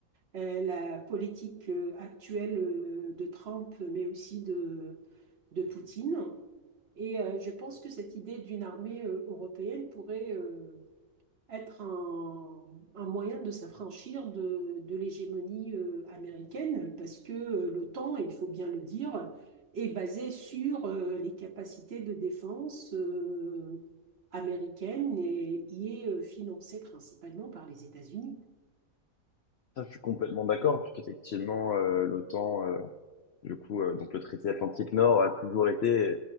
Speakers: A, on the right (about 50°); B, on the left (about 60°).
A: euh, la politique euh, actuelle euh, de Trump, mais aussi de, de Poutine. Et euh, je pense que cette idée d'une armée euh, européenne pourrait euh, être un, un moyen de s'affranchir de, de l'hégémonie euh, américaine, parce que euh, l'OTAN, et il faut bien le dire, est basée sur euh, les capacités de défense euh, américaines et y est euh, financée principalement par les États-Unis.
B: Ça, je suis complètement d'accord, puisqu'effectivement, euh, l'OTAN euh, Du coup, euh, donc le traité atlantique Nord a toujours été,